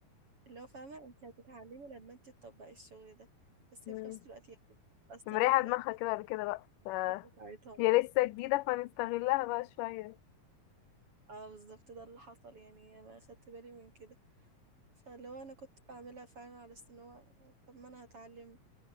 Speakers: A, on the right; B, on the left.
A: اللي هو فاهمة انت هتتعلمي لما انت تطبقي الشغل ده بس
B: مم.
A: هي في نفس الوقت يعني اصلا
B: مريحة
A: ال-
B: دماغها كده ولا كده بقى ف...
A: بتاعتها
B: هي لسه جديدة فنستغلها بقى شوية
A: اه بالظبط ده اللي حصل يعني انا خدت بالي من كده فاللي هو انا كنت بعملها فعلا على اساس ان هو طب ما انا هتعلم